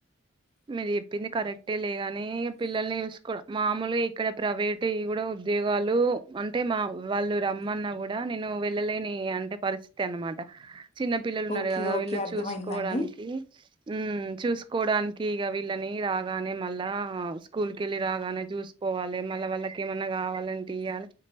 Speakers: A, on the right; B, on the left.
A: మీరు చెప్పింది కరెక్ట్. టేలే గానీ ఇగ పిల్లల్ని చూసుకోవడం మామూల్ ఇక్కడ ప్రైవేటియి గూడా ఉద్యోగాలూ, అంటే మా వాళ్ళు రమ్మన్నా గూడా, నేను వెళ్ళలేనీ అంటే పరిస్థితి అన్నమాట. చిన్న పిల్లలు ఉన్నారు
B: ఓకే
A: గదా
B: ఓకే
A: వీళ్ళు
B: అర్థమైందండి.
A: చూసుకోవడానికీ. ఉమ్ చూసుకోవడాన్ వీళ్ళనీ రాగానే మళ్ళా స్కూల్ కెళ్ళి రాగానే చూసుకోవాలె మళ్ళ వాళ్ళకి ఏమన్నా కావాలంటియ్యాలె.